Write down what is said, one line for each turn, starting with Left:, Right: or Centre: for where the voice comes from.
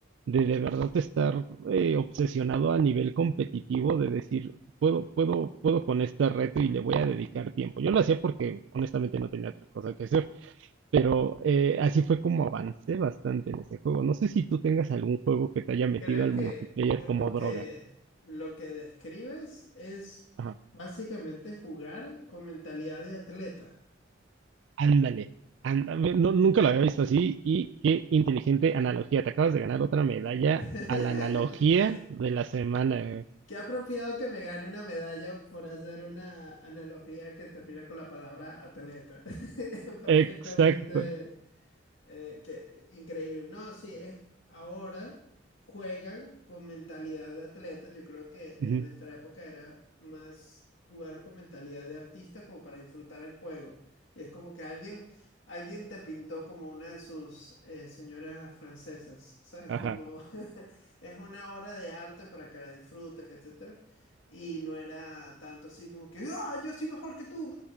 Right: de de verdad estar eh, obsesionado a nivel competitivo, de decir, puedo, puedo, puedo con este reto y le voy a dedicar tiempo. Yo lo hacía porque honestamente no tenía otra cosa que hacer. Pero eh, así fue como avancé bastante en ese juego. No sé si tú tengas algún juego que te haya metido
Left: Creo
Right: al
Left: que,
Right: multiplayer
Left: que
Right: como
Left: lo
Right: droga.
Left: que lo que describes es
Right: Ajá.
Left: básicamente jugar con mentalidad de atleta.
Right: Ándale. anda- ve- no, nunca lo había visto así y qué inteligente analogía. Te acabas de ganar otra medalla
Left: <laughs>
Right: a la analogía de la semana. eh.
Left: Qué apropiado que me gane una medalla por hacer una analogía que termina con la palabra atleta. <laughs> Perfectamente
Right: Exacto.
Left: Eh, que- increíble. No, sí, es ahora juegan con mentalidad de atleta. Yo creo que
Right: Ujú,
Left: en nuestra época era más jugar con mentalidad de artista como para disfrutar el juego. Y es como que alguien, alguien te pintó como una de sus eh, señoras francesas, ¿sabes?
Right: Ajá.
Left: Como <laughs> es una obra de arte para que la disfrutes, etcétera. Y no era tanto así como que, ¡ah, yo soy mejor que tú!